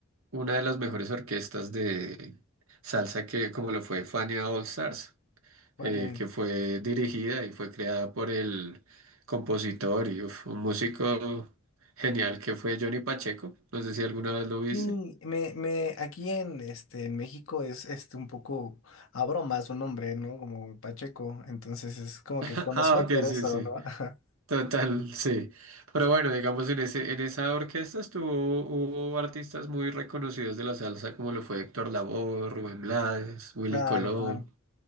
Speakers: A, on the right; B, on the left.
A: una de las mejores orquestas de salsa que, como lo fue Fania All Stars,
B: Órale.
A: eh, que fue dirigida y fue creada por el compositor y uf, un músico genial que fue Johnny Pacheco. No sé si alguna vez lo viste.
B: Sí, me, me, aquí en, este, en México es este, un poco a broma su nombre, ¿no? Como Pacheco, entonces es como
A: <laughs>
B: que conocido
A: Ah, ok,
B: por
A: sí,
B: eso,
A: sí.
B: ¿no? <laughs> Ajá.
A: Total, sí. Pero bueno, digamos, en ese, en esa orquesta estuvo, hubo artistas muy reconocidos de la salsa, como lo fue Héctor Lavoe, Rubén Blades, Willy
B: Claro,
A: Colón,
B: claro.